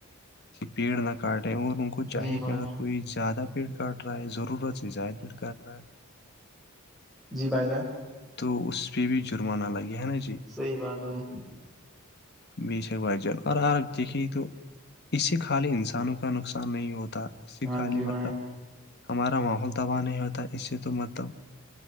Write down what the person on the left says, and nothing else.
کہ پیڑ نہ کاٹے اور ان کو چاہے
کہ اگر
کوئی زیادہ پیڑ کاٹ رہا ہے ضرورت سے زائدہ پیڑ کاٹ رہا ہے
تو اس پہ بھی جرمانہ لگے ہے نا
بیش ایک بار جن اور آ دیکھے تو اس سے خالی انسانوں کا نقصان نہیں ہوتا اس سے
خالی
مطلب ہمارا ماحول تباہ نہیں ہوتا اس سے تو مطلب